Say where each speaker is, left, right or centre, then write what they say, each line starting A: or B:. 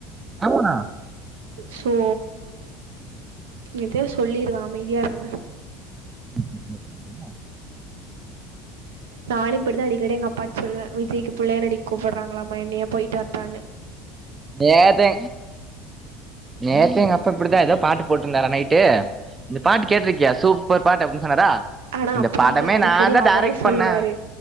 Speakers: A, on the right (about 25°); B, on the right (about 80°).
A: ஆமா
B: சோ எதோ சொல்லிருவ அமைதியா இருங்க
A: <inaudible>
B: நானு இப்டித்தா அடிக்கடி எங்க அப்பா சொல்வே விஜய்க்கு புள்ளையா நடிக்கு கூப்பிட்றாங்க என்னைய போயிட்டு வரட்டானு
A: நேத்து நேத்த எங்க அப்ப இப்டிதா ஏதோ பாட்டு போட்டிருந்தாரா நைட்டு இந்த பாட்டு கேட்டிருக்கியா சூப்பர் பாட்டு அப்டினு சொன்னாரா
B: ஆனா
A: இந்த
B: அப்டி
A: படமே
B: இல்ல அடிக்கடி
A: நான் தான்
B: அவரே
A: டைரக்ட்
B: சொல்லுவாரு
A: பண்ணேன்